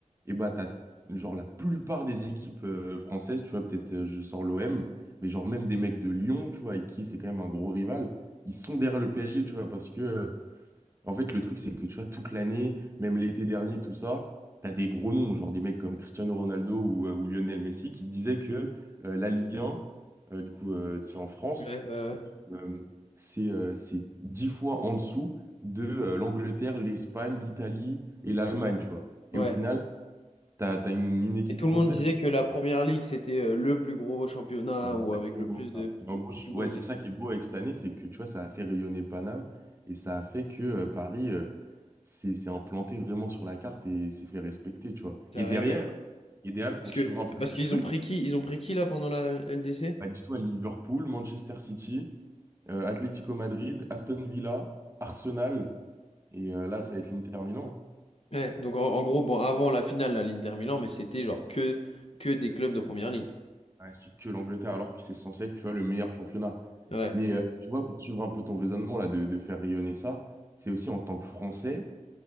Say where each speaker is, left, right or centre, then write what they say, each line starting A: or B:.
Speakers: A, on the right (about 20°); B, on the left (about 50°).
A: et bah, t'as, genre, la plupart des équipes euh, françaises, tu vois, peut-être euh, je sors l'OM, mais genre, même des mecs de Lyon, tu vois, avec qui c'est quand même un gros rival, ils sont derrière le PSG, tu vois, parce que euh, En fait, le truc, c'est que tu vois, toute l'année, même l'été dernier, tout ça, t'as des gros noms, genre des mecs comme Cristiano Ronaldo ou, euh, ou Lionel Messi, qui disaient que euh, la Ligue 1, euh, du coup, euh, tu sais, en France,
B: Ouais, ouais,
A: c'est euh, c'est euh, c'est 10 fois en dessous de euh, l'Angleterre, l'Espagne, l'Italie et l'Allemagne, tu vois. Et
B: ouais.
A: au final,
B: Ouais.
A: t'as, t'as une, une équipe
B: Et tout
A: française.
B: le monde disait que la
A: Bon,
B: Première Ligue, c'était euh, le plus gros championnat
A: C'est Exactement
B: ou avec le plus
A: ça.
B: de
A: En gros, je-
B: les plus grosses
A: ouais, c'est
B: équipes.
A: ça qui est beau avec cette année, c'est que tu vois, ça a fait rayonner Paname et ça a fait que euh, Paris. euh, c'est c'est implanté vraiment sur la carte et s'est fait respecter, tu vois.
B: Ça
A: Et derrière,
B: régale.
A: et derrière pour
B: Parce que,
A: suivre un peu
B: parce
A: le
B: qu'ils
A: truc,
B: ont pris qui? Ils ont pris qui là pendant la LDC?
A: bah, dis-toi Liverpool, Manchester City, euh, Atlético Madrid, Aston Villa, Arsenal, et euh, là, ça va être l'Inter Milan.
B: Ouais, donc en, en gros, bon, avant la finale, la l'Inter Milan, mais c'était genre que, que des clubs de Première Ligue.
A: hein. Ouais, c'est que l'Angleterre, alors que c'est censé être, tu vois, le meilleur championnat.
B: Ouais.
A: Mais euh, tu vois, pour suivre un peu ton raisonnement là, de, de faire rayonner ça, c'est aussi en tant que Français,